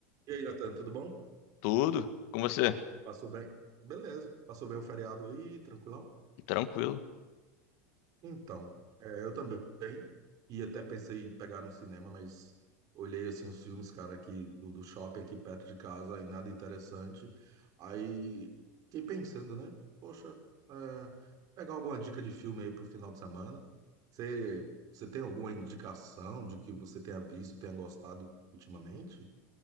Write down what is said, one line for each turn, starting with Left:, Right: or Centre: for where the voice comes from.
Right: E aí, Natan, tudo bom?
Left: Tudo? Com você?
Right: Passou bem? Beleza, passou bem o feriado aí, tranquilão?
Left: Tranquilo.
Right: Então, é, eu também, e até pensei em pegar um cinema, mas olhei, assim, os filmes, cara, aqui do, do shopping aqui perto de casa, e nada interessante, aí fiquei pensando, né? Poxa, é, pegar alguma dica de filme aí pro final de semana, você, você tem alguma indicação de que você tenha visto, tenha gostado ultimamente?